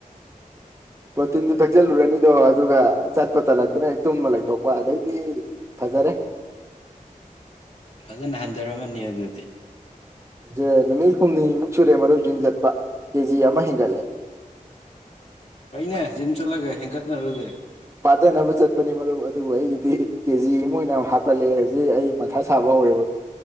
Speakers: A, on the right; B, on the left.
A: ꯄꯣꯇꯤꯟꯗꯨ ꯊꯛꯆꯤꯜꯂꯨꯔꯅꯤ ꯑꯗꯣ ꯑꯗꯨꯒ ꯆꯠꯄ ꯇꯜꯂꯛꯇꯨꯅ ꯇꯨꯝꯃ ꯂꯩꯊꯣꯛꯄ ꯑꯗꯩꯗꯤ ꯐꯖꯔꯦ
B: ꯐꯖꯅ ꯍꯟꯊꯔꯝꯃꯅꯤ ꯑꯗꯨꯗꯤ
A: ꯦ ꯅꯨꯃꯤꯠ ꯍꯨꯝꯅꯤꯃꯨꯛ ꯁꯨꯔꯦ ꯃꯔꯨꯞ ꯟ ꯆꯠꯄ ꯀꯦ ꯖꯤ ꯑꯃ ꯍꯦꯟꯒꯠꯂꯦ
B: ꯑꯩꯅꯦ ꯖꯤꯝ ꯆꯠꯂꯒ ꯍꯦꯟꯀꯠꯅꯔꯗꯤꯦ
A: ꯄꯥꯗꯅꯕ ꯆꯠꯄꯅꯤ ꯃꯔꯨꯞ ꯑꯗꯨꯕꯨ ꯑꯩꯒꯤꯗꯤ ꯀꯦꯖꯤ ꯑꯃ ꯑꯣꯏꯅ ꯍꯥꯞꯀꯠꯂꯛꯑꯦ ꯍꯧꯖꯤꯛ ꯑꯩ ꯃꯊꯥ ꯁꯥꯕ ꯍꯧꯔꯦ ꯃꯔꯨꯞ